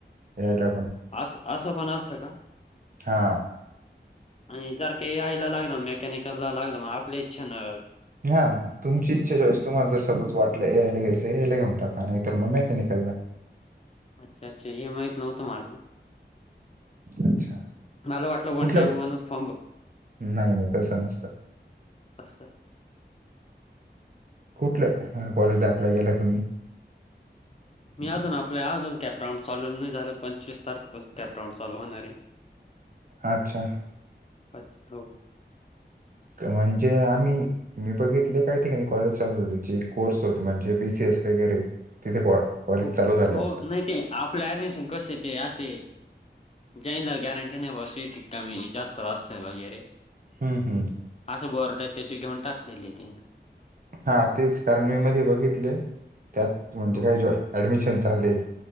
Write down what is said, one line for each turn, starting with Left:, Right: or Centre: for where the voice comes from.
Right: ए आय ला पण.
Left: अस असं पण असत का?
Right: हा
Left: आणि जर की ए आय ला लागेल मेकॅनिकल लागलं मग आपली इच्छा ना
Right: हा तुमची इच्छा चॉईस, तुम्हाला जर सपोज वाटलं ए आय ला घ्यायचं ए आय ला घेऊन टाका नाही. तरर
Left: हा
Right: मग मेकॅनिकलला
Left: अच्छा अच्छा इ माहित नव्हतं मला.
Right: अच्छा
Left: मला वाटलं वन
Right: कुठलं
Left: टाइम वनच फर्म
Right: नाही नाही तसं नसतं
Left: असतं.
Right: कुठल्या कॉलेजला अप्लाय केलाय तुम्ही?
Left: मी अजून आपल्या अजून कॅपराऊंड चालू नाही झालो. पंचवीस तारखेपासून कॅपराऊंड चालू होणारे.
Right: अच्छा.
Left: अच्छा हो.
Right: म्हणजे आम्ही मी बघितले काही ठिकाणी कॉलेज चाल जे कोर्स होत म्हणजे बीसीएस वगैरे तिथे कॉलेज
Left: हो
Right: चालू झाले
Left: हो
Right: आता
Left: नाही ते आपलं ऍडमिशन कसे ते असे जाईल गॅरंटी नाही बस सी. इ. टी. का मी जास्त रास्त वगैरे
Right: हम्म, हम्म.
Left: असं बर <unintelligible> घेऊन टाकलेली तेन.
Right: हा तेच कारण मी मध्ये बघितले त्यात म्हणजे
Left: हो,
Right: काय ऍडमिशन चालेत.